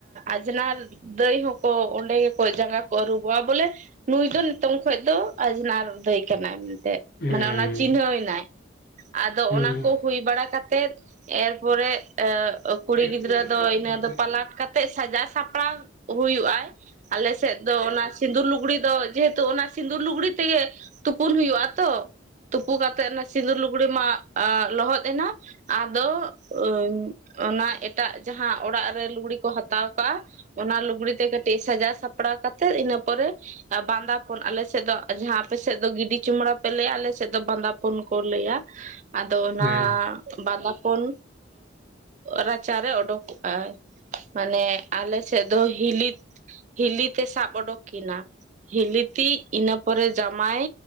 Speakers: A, on the right; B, on the left.
A: ᱟᱡᱷᱱᱟᱨ ᱫᱟᱹᱭ ᱦᱚᱸᱠᱚ ᱚᱸᱰᱮ ᱜᱮᱠᱚ ᱡᱟᱸᱜᱟ ᱠᱚ ᱟᱹᱨᱩᱵᱚᱜᱼᱟ ᱵᱚᱞᱮ ᱱᱩᱭ ᱫᱚ ᱱᱤᱛᱚᱝ ᱠᱷᱚᱱ ᱫᱚ ᱟᱡᱷᱱᱟᱨ ᱫᱟᱹᱭ ᱠᱟᱱᱟᱭ ᱢᱮᱱᱛᱮ
B: ᱦᱮᱸ
A: ᱢᱟᱱᱮ ᱚᱱᱟ ᱪᱤᱱᱦᱟᱹᱣ ᱮᱱᱟᱭ᱾ ᱟᱫᱚ
B: ᱦᱮᱸ
A: ᱚᱱᱟ ᱠᱩ ᱦᱩᱭ ᱵᱟᱲᱟ ᱠᱟᱛᱮᱜ ᱮᱨᱯᱚᱨᱮ ᱠᱩᱲᱤ
B: <unintelligible>
A: ᱜᱤᱫᱽᱨᱟᱹ ᱫᱚ ᱤᱱᱟᱹ ᱫᱚ ᱯᱟᱞᱟᱴ ᱠᱟᱛᱮ ᱥᱟᱡᱟᱣ ᱥᱟᱯᱲᱟᱣ ᱦᱩᱭᱩᱜᱼᱟ ᱟᱞᱮ ᱥᱮᱫ ᱫᱚ ᱚᱱᱟ ᱥᱤᱸᱫᱩᱨ ᱞᱩᱜᱽᱲᱤ ᱫᱚ ᱡᱮᱦᱮᱛᱩ ᱚᱱᱟ ᱥᱤᱸᱫᱩᱨ ᱞᱩᱜᱽᱲᱤ ᱛᱮᱜᱮ ᱛᱩᱯᱩᱱ ᱦᱩᱭᱩᱜᱼᱟ ᱛᱚ ᱛᱩᱯᱩ ᱠᱟᱛᱮᱜ ᱱᱟ ᱥᱤᱸᱫᱩᱨ ᱞᱩᱜᱽᱲᱤ ᱢᱟ ᱟ ᱞᱚᱦᱚᱫ ᱮᱱᱟ ᱟᱫᱚ ᱚᱱᱟ ᱮᱴᱟᱜ ᱡᱟᱦᱟᱸ ᱚᱲᱟᱜ ᱨᱮ ᱞᱩᱜᱽᱲᱤ ᱠᱚ ᱦᱟᱛᱟᱣ ᱠᱟᱜᱼᱟ ᱚᱱᱟ ᱞᱩᱜᱽᱲᱤ ᱛᱮ ᱠᱟᱹᱴᱤᱡ ᱥᱟᱡᱟ ᱥᱟᱯᱲᱟᱣ ᱠᱟᱛᱮᱫ ᱤᱱᱟᱹ ᱯᱚᱨᱮ ᱵᱟᱸᱫᱟᱯᱚᱱ ᱟᱞᱮ ᱥᱮᱫ ᱫᱚ ᱡᱟᱦᱟᱸ ᱟᱯᱮ ᱥᱮᱫ ᱫᱚ ᱜᱤᱰᱤ ᱪᱩᱢᱲᱟ ᱯᱮ ᱞᱟᱹᱭᱟ ᱟᱞᱮᱥᱮᱫ ᱫᱚ ᱵᱟᱸᱫᱟᱯ ᱯᱳᱱ ᱠᱚ ᱞᱟᱹᱭᱟ ᱟᱫᱚ ᱚᱱᱟ
B: ᱦᱮᱸ
A: ᱵᱟᱸᱫᱟᱯᱚᱱ ᱨᱟᱪᱟᱨᱮ ᱚᱰᱳᱠ ᱟᱭ ᱢᱟᱱᱮ ᱟᱞᱮ ᱥᱮᱫ ᱫᱚ ᱦᱤᱞᱤᱛ ᱦᱤᱞᱤᱛᱮ ᱥᱟᱵ ᱚᱰᱚᱠ ᱠᱤᱱᱟ ᱦᱤᱞᱤᱛᱤᱡ ᱤᱱᱟᱹ ᱯᱚᱨᱮ ᱡᱟᱢᱟᱭ